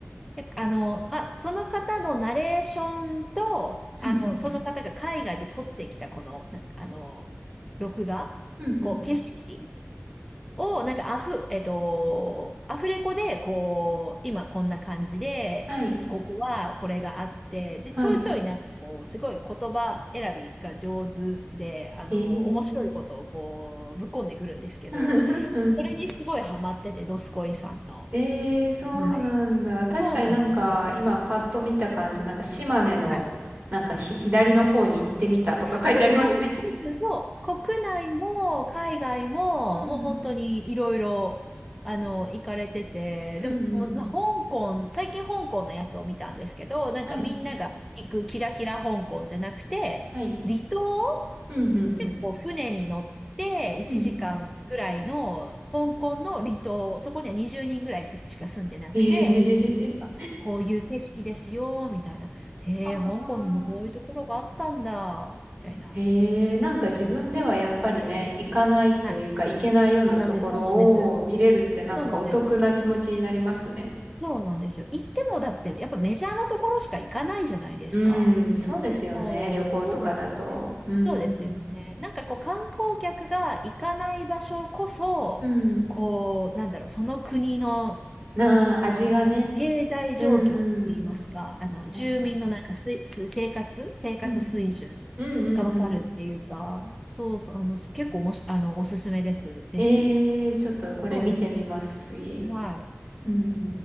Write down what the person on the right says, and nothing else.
うん、
うん、
うん、うん、
はい、
はい、
えー、
<laughs> うん
えー、そうなんだ。
確かになんか、
今パッと見た感じ、なんか島根の、
なんかひ、左の方に行ってみたとか書いてありますね。
うん、
うん、
うん、
はい、はい、
うん、うん、うん、
うん。
えへへへへ
ああ、
へえ、なんか自分ではやっぱりね、行かないというか、
行けないようなところを見れるってなんかお得な気持ちになりますね。
うん、そうですよね。
旅行とかだと。
うん。
うん。
なあ、味がね。
うん、うん。
確かに。
うん。うん、
うん、う
ん。えー、ちょっとこれ見てみます、
次。
うん、うん、う